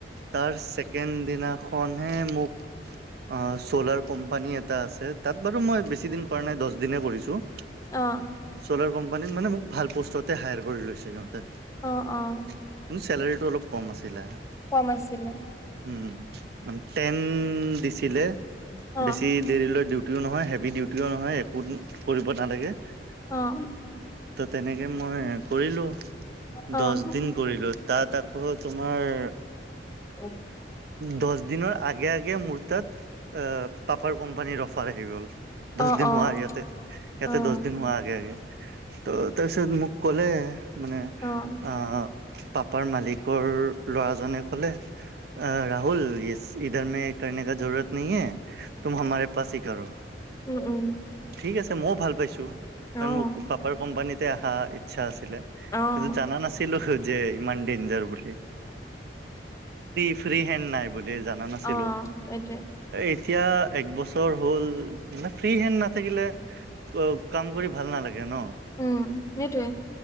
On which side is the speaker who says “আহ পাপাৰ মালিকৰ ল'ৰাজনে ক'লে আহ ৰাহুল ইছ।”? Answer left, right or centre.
Right